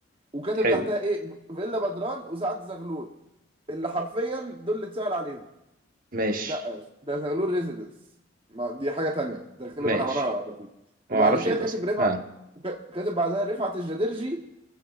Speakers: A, on the right (about 30°); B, on the right (about 45°).
A: وكاتب
B: حلو
A: تحتها ايه فيلا بدران وسعد زغلول اللي حرفيا دول اللي اتسأل عليهم
B: ماشي
A: لا ده زغلول ريزيدنس ما دي حاجه تانية ده غالبا
B: ماشي
A: عملها لطيف وبعد
B: ما اعرفش
A: كده
B: ايه ده
A: كاتب
B: اصلا
A: رفعت
B: ها
A: كاتب بعدها رفعت الجديرجي